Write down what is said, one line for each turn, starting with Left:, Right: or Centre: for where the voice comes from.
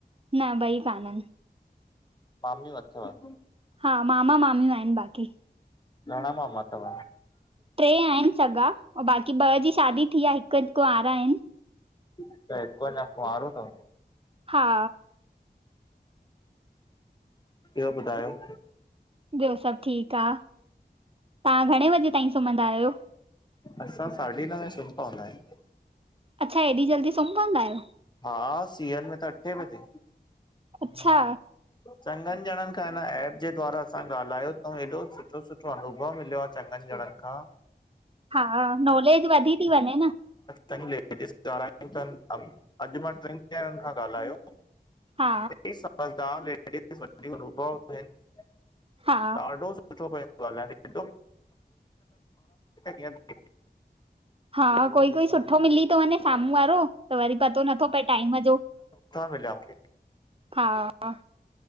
Right: न ॿई कान अन।
Left: मामियुं अथव?
Right: हा मामा मामियूं आहिन बाक़ी।
Left: घणा मामा तव?
Right: ट्रे आहिन सगा ऐं बाक़ी ॿ जी शादी थी आ हिक कुंवारा आहिन।
Left: अच्छा त हिक अना कुआंरो तव?
Right: हा।
Left: ॿियो ॿुधायो।
Right: ॿयो सभ ठीक आ। तव्हां घणे वजे ताईं सुम्हंदा आहियो?
Left: असां साढी नवें सुम्ही पवंदा आहियूं।
Right: अच्छा हेॾी जल्दी सुंम पंवदा आहियो।
Left: हा! सियनि में त अठे बजे।
Right: अच्छा!
Left: चङनि ॼणनि खां हिन एप जे द्वारा असां ॻाल्हायो तऊं, हेॾो सुठो सुठो अनुभव मिलियो आहे। चङनि ॼणनि खां।
Right: हा! नॉलेज वधी थी वञे न।
Left: तई लेटेस्ट गाल्हियूंअ तनि अॼु मां टिनि ॼणनि खां ॻाल्हायो।
Right: हा
Left: झदारड वभडोस <unintelligible>
Right: हा
Left: सुठो पियो ॻाल्हाय <unintelligible> हेॾ म
Right: हा कोई-कोई सुठो मिली थो वञे साम्हूं वारो, त वरी पतो नथो पए टाइम जो।
Left: तां मिलया मूंखे।
Right: हा-हा